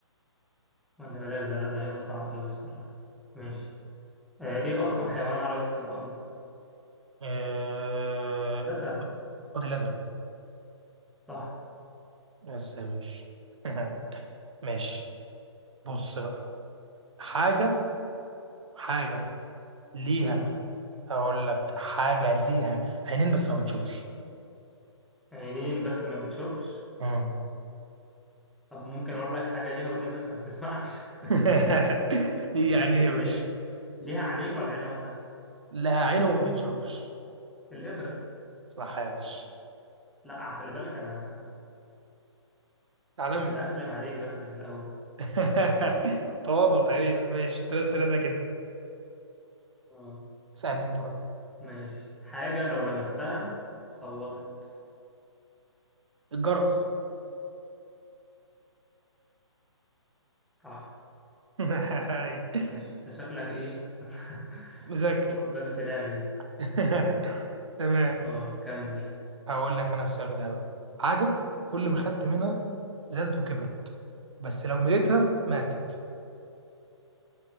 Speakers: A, in the centre; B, on the right (about 75°).
A: ولا بلاش ده لا ده هيبقى صعب قوي الصراحة ماشي آه ايه أضخم حيوان على وجه الأرض
B: آه،
A: ده سهل
B: خد الازرق
A: صح
B: بس يا باشا <laughs> ماشي بص بقى حاجة حاجة ليها
A: مم.
B: هقول لك حاجة ليها عينين بس ما بتشوفش
A: عينين بس ما بتشوفش
B: مم.
A: طب ممكن أقول لك حاجة ليها ودان بس ما بتسمعش
B: <laughs>
A: <laughs>
B: يعني
A: ماشي
B: ايه
A: اللي
B: يا باشا
A: ليه ليها عينين ولا عين واحدة
B: لها عين وما بتشوفش
A: الإبرة
B: صح يا باشا
A: لا خلي بالك أنا
B: <laughs> عالمي
A: كنت بقفلم عليك بس في الأول
B: <laughs> تواضع تقريبا ماشي ثلاثة ثلاثة كده
A: آه.
B: اسألني انت بقى
A: ماشي حاجة لو لمستها صوتت
B: الجرس
A: صح
B: <laughs>
A: ماشي انت شكلك ايه <laughs>
B: مذاكر
A: ما بطلش لعب دي
B: <laughs> تمام
A: اه كمل يلا
B: هقول لك انا السؤال بتاعي بقى حاجه كل ما خدت منها زادت وكبرت بس لو مليتها ماتت